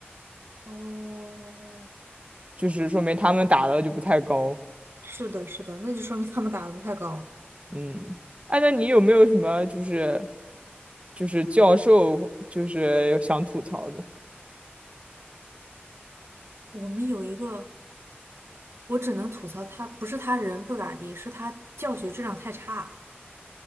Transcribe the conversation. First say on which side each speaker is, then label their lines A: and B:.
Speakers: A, on the right (about 75°); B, on the right (about 30°).
A: 哦，
B: 就是说明他们打的就不太高。
A: 是的，是的，那就说明他们打的太高。
B: 嗯，哎，那你有没有什么就是就是教授就是想吐槽的？
A: 我们有一个，我只能吐槽他，不是他人不咋地，是他教学质量太差。